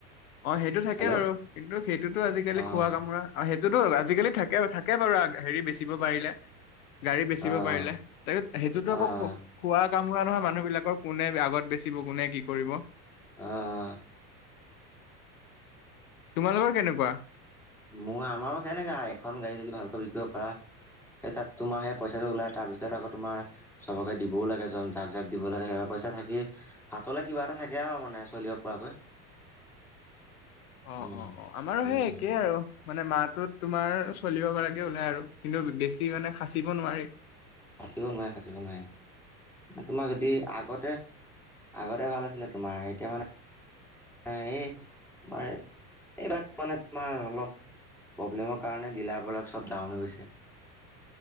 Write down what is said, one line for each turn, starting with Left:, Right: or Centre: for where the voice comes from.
Left: অ, সেইটো থাকে
Centre: হেল্ল'
Left: বাৰু কিন্তু সেইটোতো আজিকালি
Centre: অ'
Left: খোৱা কামোৰা সেই যো আজিকালি থাকে থাকে বাৰু হেৰি বেচিব পাৰিলে। গাড়ী বেচিব
Centre: অ'
Left: পাৰিলে তাকছ সেইটোতো আকৌ
Centre: অ'
Left: খোৱা। কাম হোৱা নহয় মানুহ বিলাকৰ কোনে আগত বেচিব কোনে কি কৰিব।
Centre: অহ ',
Left: তোমালোকৰ কেনেকুৱা।
Centre: মোৰ আমাৰো সেনেককাা এখন গাড়ী যদি ভালকৈ বিকিব পাৰা। সেই তাত তোমাৰ সেই পইচাটো ওলাই তাৰ ভিতৰত আকৌ তোমাৰ চবকে দিবওাগে য জাক জাক দিব লাগে সেইব পইচা। আচ্ছা থাকি ভাতলে কিবা এটা থাকে আৰু মানে চলিব পৰাকৈ।
Left: <inaudible> অ
Centre: উম
Left: - অ - অ আমাৰো সেই
Centre: উম
Left: একেই আৰু মানে মাহটোত তোমাৰ চলিব পৰাকে ওলাই আৰু- কিন্তু বেছি মানে খাচিব নোৱাৰি।
Centre: সাচিব নোৱাৰে - সাচিব নোৱাৰে। তোমাৰ যদি আগতে - আগতে ভাল আছিলে তোমাৰ এতিয়া মানে এই তোমাৰ এইবাক মানে তোমাৰ অলপ প্ৰব্লেমৰ কাৰণে ডিলাৰবোৰক চব ডাহন হৈ গৈছে।